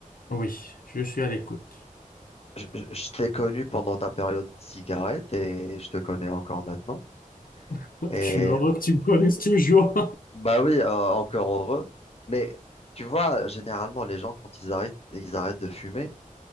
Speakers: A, on the left; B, on the left.
A: Oui, je suis à l'écoute.
B: Je, je- je t'ai connu pendant ta période de cigarette et je te connais encore maintenant.
A: <laughs>
B: Et
A: Je suis heureux que tu me connaisses toujours.
B: bah oui, euh, encore heureux. Mais tu vois, généralement, les gens, quand ils arrêtent, ils arrêtent de fumer,